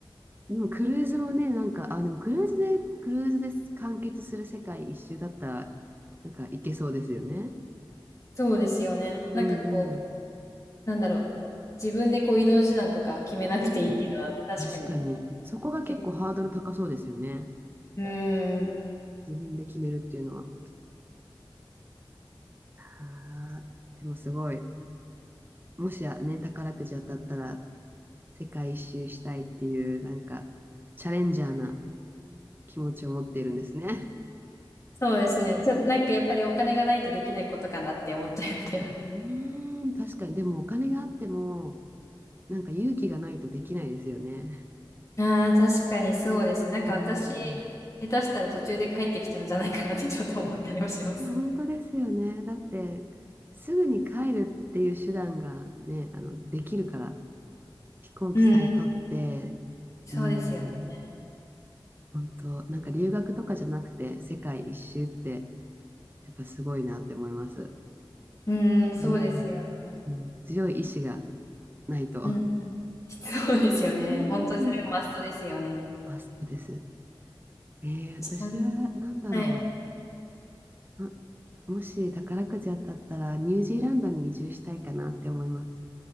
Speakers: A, on the right; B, on the left.
A: でもクルーズもね、なんか、あ、でもクルーズで、クルーズで完結する世界一周だったら、なんか行けそうですよね。
B: そうですよね。
A: うんうんうん。
B: なんかこう、なんだろう。自分でこう移動手段とか決めなくていいっていうのは確かに
A: うーん、<laughs> 確かに。そこが結構ハードル高そうですよね。
B: け、うーん。
A: 自分で決めるっていうのは。あーでもすごい。もしやね、宝くじ当たったら世界一周したいっていう、なんか、チャレンジャーな気持ちを持っているんですね。
B: そうですね。ちょ、なんかやっぱりお金がないとできないことかなって思っちゃってます。
A: <laughs> うーん、<laughs> 確かに。でもお金があっても、なんか勇気がないとできないですよね。
B: ああ、確かにそうですね。なんか私、
A: うん。
B: 下手したら途中で帰ってきちゃうんじゃないかなってちょっと思ったりもします。
A: いや、本当ですよね。だって、すぐに帰るっていう手段がね、あの、できるから、飛行機さえ取って、
B: うん、そうですよね。
A: うん、本当、なんか留学とかじゃなくて、世界一周って、やっぱすごいなって思います。
B: うん、そうですよね。
A: うん、うん、強い意志がないと。
B: うん、<laughs> そうですよね。
A: うん、
B: 本当にそれはマストですよね。
A: マストです。えー、私は、
B: ちなみに。
A: なんだろ
B: はい。
A: う。あもし宝くじ当たったら、ニュージーランドに移住したいかなって思います。